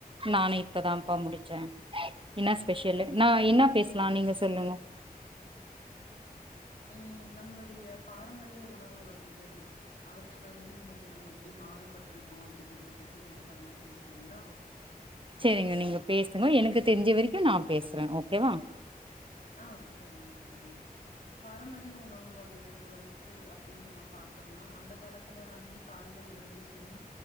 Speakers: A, on the right (about 35°); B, on the left (about 60°).
A: நானு இப்பதான்ப்பா முடிச்சே என்ன ஸ்பெஷல்லு நா
B: சரிங்க
A: என்ன பேசலா
B: தோழி
A: நீங்க சொல்லுங்க
B: ம் நம்மளுடைய பாரம்பரிய உணவு வகைகள் அவற்றுலருந்து இன்னைக்கு நம்ம எப்டி மாறுபட்ருக்கோ அப்டிங்கறத பத்தி நம்ம தொடர்ந்து பேசுவோங்ளா
A: செரிங்க நீங்க பேசுங்க எனக்கு தெரிஞ்ச வரைக்கு நா பேசுறே ஓகேவா
B: ஆ சரிங்க தோழி பாரம்பரிய உணவு வகைகள் வந்து அப்டின் நம்ம பாத்தோம்னா அந்த காலத்துல வந்து காலைல எழுந்துரச்சுன்னே